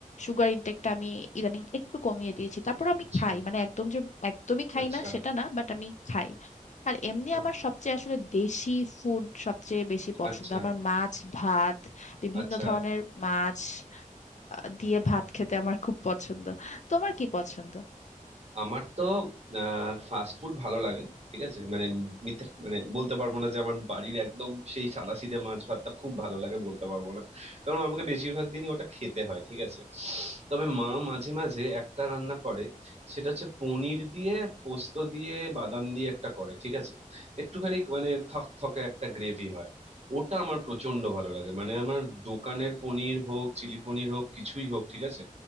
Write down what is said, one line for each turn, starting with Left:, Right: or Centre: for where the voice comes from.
Left: সুগার ইনটেকটা আমি ইদানিং একটু কমিয়ে দিয়েছি তারপর আমি
Right: আচ্ছা
Left: খাই মানে একদম যে একদমই খাই
Right: আচ্ছা
Left: না সেটা না বাট আমি খাই আর এমনি
Right: হুম
Left: আমার সবচেয়ে আসলে দেশি ফুড সবচেয়ে বেশি পছন্দ
Right: আচ্ছা
Left: আমার মাছ ভাত বিভিন্ন
Right: আচ্ছা
Left: ধরনের মাছ আহ, দিয়ে ভাত খেতে আমার খুব পছন্দ তোমার কি পছন্দ
Right: আমার তো ফাস্ট ফুড ভালো লাগে ঠিক আছে মানে মিথ্যে মানে বলতে পারবো না যে আমার বাড়ির একদম সেই সাদাসিধে মাছ ভাতটা খুব ভালো লাগে বলতে পারবো না কারণ আমাকে বেশিরভাগ দিনই ওটা খেতে হয় ঠিক আছে তবে মা মাঝে মাঝে একটা রান্না করে সেটা হচ্ছে পনির দিয়ে পোস্ত দিয়ে বাদাম দিয়ে একটা করে ঠিক আছে একটুখানি মানে থকথকে একটা গ্রেভি হয় ওটা আমার প্রচন্ড ভালো লাগে মানে আমার দোকানের পনির হোক চিলি পনির হোক কিছুই হোক ঠিক আছে